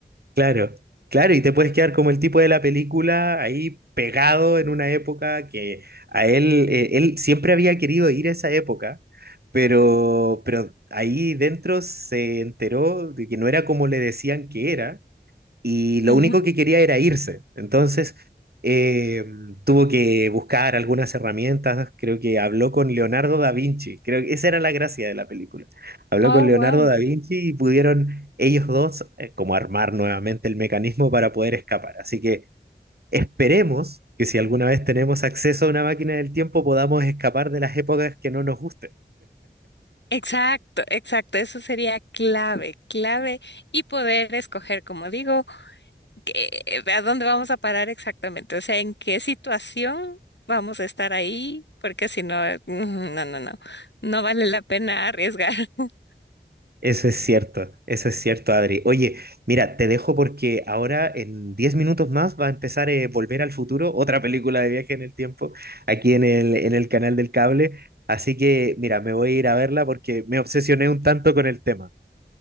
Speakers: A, on the right; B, on the left.
A: claro, claro, y te puedes quedar como el tipo de la película ahí pegado en una época que a él, eh, él siempre había querido ir a esa época, pero, pero ahí dentro se enteró de que no era como le decían que era y lo
B: Ujú.
A: único que quería era irse. Entonces, eh, tuvo que buscar algunas herramientas, creo que habló con Leonardo da Vinci, creo que esa era la gracia de la película. Habló
B: Oh,
A: con Leonardo
B: wow.
A: da Vinci y pudieron ellos dos eh, como armar nuevamente el mecanismo para poder escapar. Así que esperemos que si alguna vez tenemos acceso a una máquina del tiempo podamos escapar de las épocas que no nos gusten.
B: Exacto, exacto. Eso sería clave, clave y poder escoger, como digo. ¿qué- ¿a dónde vamos a parar exactamente? O sea, ¿en qué situación vamos a estar ahí? Porque si no, eh, mm, no, no, no, no vale la pena arriesgar. <laughs>
A: Eso es cierto, eso es cierto, Adri. Oye, mira, te dejo porque ahora en 10 minutos más va a empezar eh, Volver al Futuro, otra película de viaje en el tiempo, aquí en el, en el canal del cable. Así que, mira, me voy a ir a verla porque me obsesioné un tanto con el tema.